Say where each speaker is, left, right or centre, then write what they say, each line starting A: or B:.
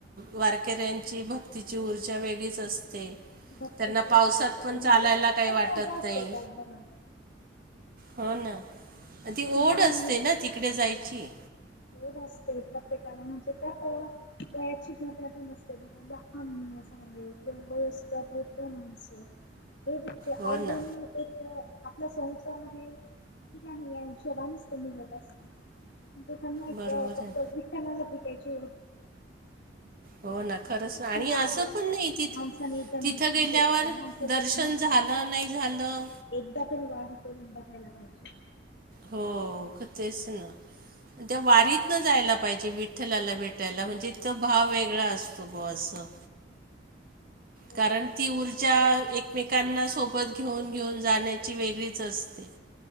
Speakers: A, on the right; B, on the left.
A: वारकेऱ्यांची, भक्तीची ऊर्जा वेगळीच असते. ते
B: भक्तीची
A: त्यांना
B: ऊर्जा
A: पावसात
B: असते
A: पण
B: म्हणजे
A: चालायला काही
B: खूप
A: वाटत
B: मजा असते
A: नाही.
B: त्यात बघा
A: हो ना अ ती
B: लहान
A: ओढ असते ना तिकडे जायची.
B: होड असते प्रत्येकाला म्हणजे त्यात वयाची म नसते बघ. <unintelligible> <unintelligible> जे आवडीने
A: हो ना
B: एक. आपला संसार आहे कि नाही या शोगनेच ते निघत असत. त्यांना एक
A: बरोबर
B: फक्त
A: आहे
B: विठ्ठणाला भेटायची,
A: हो ना खरंच आणि
B: खरं
A: असं
B: आहे ओ
A: पण नाही तिथ
B: माणसाने जन्म
A: तिथं
B: म्हणजे
A: गेल्यावर
B: माणसाच्या
A: दर्शन
B: जन्मातून
A: झालं
B: ना
A: नाही झालं
B: एकदा तरी वाह कर बघायला पाहिजे
A: हो तेच ना त्या वारीत न जायला पाहिजे विठ्ठलाला भेट भटयला म्हणजे इथं भाव वेगळा असतो गो असं
B: हो
A: कारण ती ऊर्जा एकमेकांना सोबत घेऊन घेऊन जाण्याची वेगळीच असते.